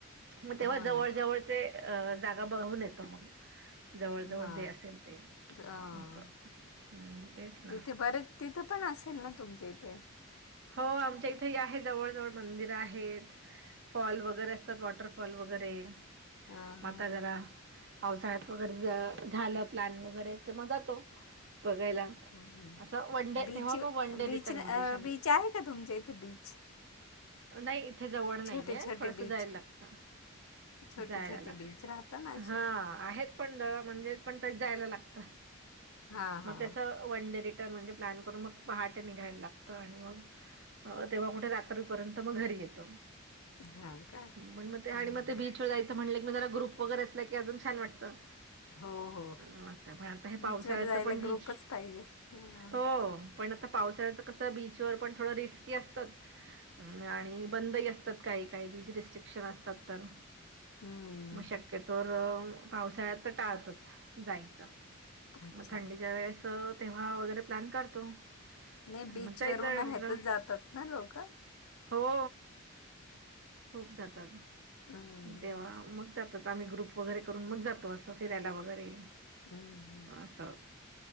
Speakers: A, on the right; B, on the left.
A: मग तेव्हा
B: हो
A: जवळ
B: ना.
A: जवळचे अ जागा बघून येतो मग. जवळ-जवळ
B: हा.
A: जे असेल ते
B: हा.
A: असं हम्म तेच ना.
B: तिथे बरेच तिथं पण असेल ना तुमच्या इथे.
A: हो आमच्या इथे ही आहे जवळ-जवळ मंदिर आहेत. फॉल वगैरे असतात वॉटरफॉल वगैरे.
B: हा
A: म
B: हा.
A: आता जरा पावसाळ्यात वगैरे जा झालं प्लॅन वगैरे. ते मग जातो बघायला
B: हम्म
A: असं वन डे
B: बीच
A: तेव्हा मग वन डे
B: बीच
A: रिटर्न
B: अ,
A: मध्ये शां
B: बीच आहे का तुमच्या इथे बीच?
A: नाही इथे जवळ नाहीये
B: छोटे छोटे
A: थोडसं
B: बीच
A: जायला लागतं.
B: छोटे
A: जायला
B: छोटे
A: लागतं
B: बीच राहता ना असे
A: हा. आहेत पण दळ म्हणजे पण ते जायला लागत
B: हा
A: म
B: हा
A: ते असं वन डे रिटर्न म्हणजे प्लॅन करून मग पहाटे निघायला लागतं आणि मग अ तेव्हा कुठे रात्री पर्यंत म घरी येतो.
B: हा का
A: मण म ते आणि
B: हा
A: म ते
B: हा.
A: बीचवर जायचं म्हणलं की म जरा ग्रुप वगैरे असला की अजून छान वाटतं.
B: हो हो
A: असं पण आता हे
B: बीचवर
A: पावसाळ्याच
B: जायला
A: पण बीच
B: ग्रुपच पाहिजे हा.
A: हो पण आता पावसाळ्याचा कसं बीचवर पण थोडं रिस्की असतात. आणि बंदही असतात काही काही बीच रिस्ट्रिक्शन असतात तर.
B: हम्म
A: म शक्य तर पावसाळ्यात टाळतोच जायचं
B: अच्छा
A: मग थंडीच्या वेळेस तर तेव्हा वगैरे प्लॅन करतो.
B: नाही
A: आणि
B: बीचवरून
A: मग जायचं
B: न
A: आपलं
B: हेतात जातात ना लोकं.
A: हो. खूप जातात
B: हम्म
A: तेव्हा मग त्यात आता आम्ही ग्रुप वगैरे करून मग जातो असं फिरायला वगैरे
B: हम्म.
A: असं.